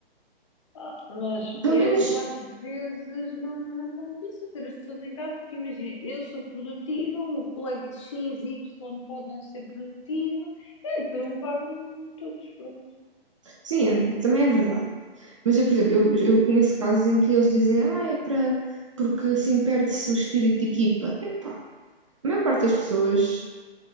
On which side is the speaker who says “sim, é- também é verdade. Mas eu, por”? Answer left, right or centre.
Right